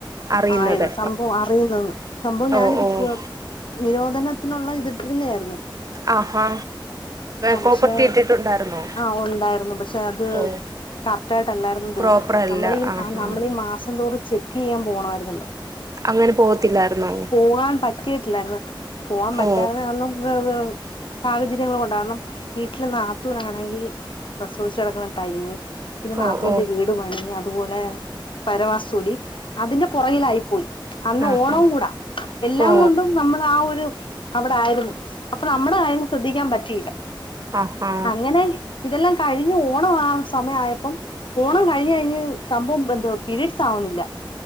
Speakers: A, on the right (about 45°); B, on the left (about 75°).
A: അറിയുന്നത്
B: ആയി സംഭവം അറിയുന്നന്ന് സംഭവം ഞാനിത്
A: ഓഹ് ഓഹ്
B: കൊ നിരോധ ത്തിനുള്ള ഇതിട്ടിരുന്നെതായായിരുന്നു
A: ആഹാ
B: ആ
A: കോപ്പർട്ടി
B: പക്ഷെ
A: ഇട്ടിട്ടുണ്ടായിരുന്നോ
B: ആഹ ഉണ്ടായിരുന്നു പക്ഷെ അത്
A: ഓ
B: കറക്റ്റ് ആായിട്ട്ല്ലായിരുന്നു
A: പ്രോപ്പറല്ല
B: തോന്നി നമ്മളീ
A: ആഹാ
B: ആ നമ്മളീ മാസം തോറ ചെക്ക് ചെയ്യാൻ പോണായിരുന്നല്ലോ
A: അങ്ങനെ പോകത്തില്ലായിരുന്നോ
B: പോകാൻ പറ്റിട്ടില്ലായിരുന്നു പോകാൻ പറ്റാന്ന്
A: ഓ
B: കരണ <unintelligible> സാഹചര്യങ്ങളൾ കൊണ്ടാണ് കാരണം വീട്ടിൽ നത്തൂനാണെങ്കിൽ പ്രസവിച്ചു കിക്കുന്ന ടൈമും പിന്നെ
A: ഓ
B: നാത്തിന്റെ
A: ഓ
B: വീട് മണി അതുപോലെ പരവാസോടി അതിന് പുറകിലായി പോയി. അന്ന്
A: ആഹാ
B: ഓണം കൂടാ എല്ലാം
A: ഓ
B: കൊണ്ടും നമ്മൾ ആ ഒരു അവിടെ ആയിരുന്നു അപ്പൊ നമ്മുടെ കാര്യങ്ങൾ ശ്രദ്ധിക്കാൻ പറ്റിയില്ല
A: ആഹഹ
B: അങ്ങനെ ഇതെല്ലാം കഴിഞ്ഞു ഓണം ആ സമയായപ്പം ഓണം കഴിഞ്ഞ് കഴിഞ്ഞ് സംഭവം എന്തോ പീരീഡ്സ് ആവുന്നില്ല